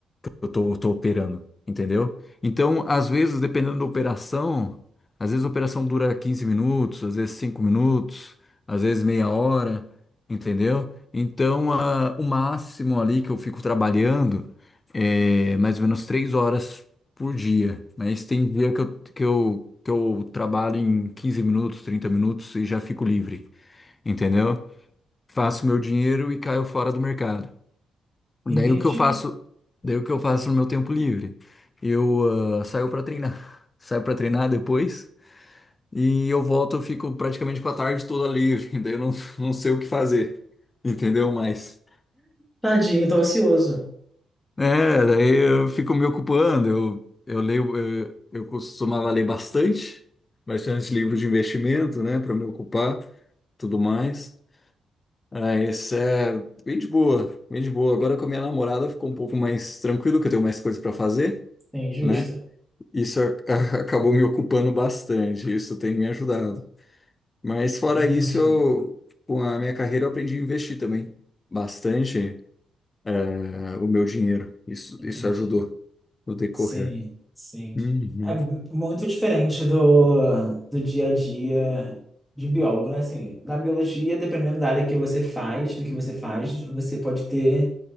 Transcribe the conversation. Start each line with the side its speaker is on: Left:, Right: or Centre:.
Left: eu tô, tô operando, entendeu? Então, às vezes, dependendo da operação, às vezes a operação dura 15 minutos, às vezes 5 minutos, às vezes meia hora, entendeu? Então, ah, o máximo ali que eu fico trabalhando é mais ou menos 3 horas por dia, mas tem dia que eu, que eu, que eu trabalho em 15 minutos, 30 minutos e já fico livre, entendeu? Faço meu dinheiro e caio fora do mercado. Daí
Centre: Entendi.
Left: o que eu faço, daí o que eu faço no meu tempo livre? Eu ah, saio para treinar, <laughs> saio para treinar depois e eu volto, eu fico praticamente com a tarde toda livre, <laughs> daí eu não, não sei o que fazer, entendeu? Mas
Centre: Tadinho, tá ocioso.
Left: é, daí eu fico me ocupando, eu, eu leio, eu, eu costumava ler bastante, bastante livro de investimento, né, para me ocupar, tudo mais. Ah, isso é bem de boa, bem de boa. Agora com a minha namorada ficou um pouco mais tranquilo, que eu tenho mais coisas para fazer,
Centre: Sim, justo.
Left: né? Isso a- <laughs> acabou me ocupando bastante, isso tem me ajudado. Mas fora
Centre: Entendi,
Left: isso, eu, com a minha carreira, eu aprendi a investir também bastante eh, o meu dinheiro. Isso,
Centre: entendi.
Left: isso ajudou no decorrer.
Centre: Sim, sim.
Left: Uhum,
Centre: É muito diferente do, do dia a dia de biólogo, né? Assim, na biologia, dependendo da área que você faz, do que você faz, você pode ter